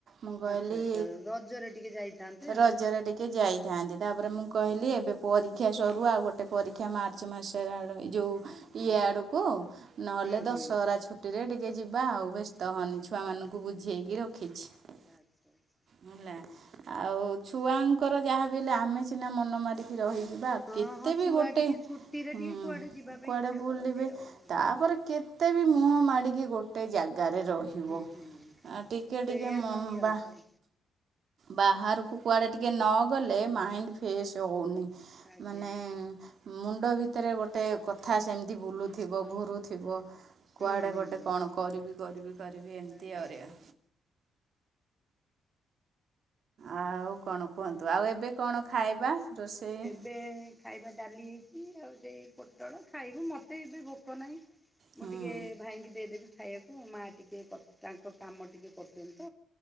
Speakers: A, on the right; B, in the centre.
A: ମୁଁ କହିଲି
B: ଆଚ୍ଛା ଆଚ୍ଛା ରଜରେ ଟିକେ ଯାଇଥାନ୍ତେ ଆଉ।
A: ରଜରେ ଟିକେ ଯାଇ ଥାଆନ୍ତି ତାପରେ ମୁଁ କହିଲି ଏବେ ପରୀକ୍ଷା ସରୁ ଆଉ ଗୋଟେ ପରୀକ୍ଷା ମାର୍ଚ୍ଚ ମାସରେ ଆଡ଼ <unintelligible> ଯୋଉ
B: ହୁଁ ହୁଁ
A: ଇଏ ଆଡ଼କୁ ନହେଲେ
B: ହୁଁ
A: ଦଶହରା
B: ହୁଁ
A: ଛୁଟିରେ ଟିକେ ଯିବା ଆଉ ଏ ତହନି
B: ହୁଁ
A: ଛୁଆମାନଙ୍କୁ
B: ହୁଁ
A: ବୁଝେଇକି ରଖିଛି।
B: ଆଚ୍ଛା ଆଚ୍ଛା।
A: ହେଲା ଆଉ ଛୁଆଙ୍କର ଯାହାବି ହେଲେ ଆମେ ସିନା ମନ ମାରିକି ରହି ଯିବା
B: ହଁ
A: କେତେ
B: ହଁ ଛୁଆ
A: ବି ଗୋଟେ
B: ଟିକେ ଛୁଟିରେ
A: ହୁଁ
B: ଟିକେ କୁଆଡ଼େ ଯିବା ପାଇଁ
A: କୁଆଡ଼େ
B: ଇଚ୍ଛା
A: ବୁଲିବେ
B: କରନ୍ତି ଆଉ।
A: ତାପରେ କେ ତେ ବି ମୁହଁ ମାଡ଼ିକି ଗୋଟେ ଜା ଗାରେ ରହିବ
B: ହୁଁ ହୁଁ ହୁଁ ହୁଁ
A: ଆ ଟିକେ
B: ସେଇଆ
A: ଟିକେ ମନ
B: ନୁହଁ କି ଆଉ
A: ବା
B: କଣ
A: ବାହାରକୁ କୁଆଡ଼େ ଟିକେ ନ ଗଲେ ମା ମାଇଣ୍ଡ ଫ୍ରେଶ ହେଉନି
B: ଆଜ୍ଞା।
A: ମାନେ ମୁଣ୍ଡ ଭିତରେ ଗୋଟେ କଥା ସେମିତି ବୁଲୁଥିବ ଘୁରୁଥିବ।
B: ହୁଁ
A: କୁଆଡ଼େ
B: ହୁଁ
A: ଗୋଟେ
B: ହୁଁ
A: କଣ କରିବି କରିବି କରିବି ଏମିତି
B: ଆଜ୍ଞା
A: ଆଉରିଆ ଆଉ କଣ କୁହନ୍ତୁ ଆଉ ଏବେ କଣ ଖାଇବା ରୋଷେଇ?
B: ବେ ଖାଇବା ଡାଲି ହେଇଛି ଆଉ ସେଇ ପୋଟଳ ଖାଇବୁ ମତେ ଏବେ ଭୋକ ନାହିଁ। ମୁଁ
A: ହୁଁ
B: ଟିକେ ଭାଇଙ୍କି ଦେଇଦେବି ଖାଇଆକୁ ମାଆ ଟିକେ କ ତାଙ୍କ କାମ ଟିକେ କରୁଛନ୍ତି ତ